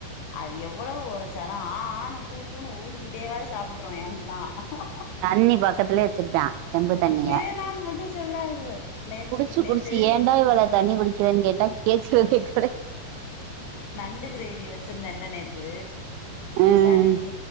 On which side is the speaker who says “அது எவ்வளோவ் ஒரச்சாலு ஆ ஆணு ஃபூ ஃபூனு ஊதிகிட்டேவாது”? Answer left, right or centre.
Left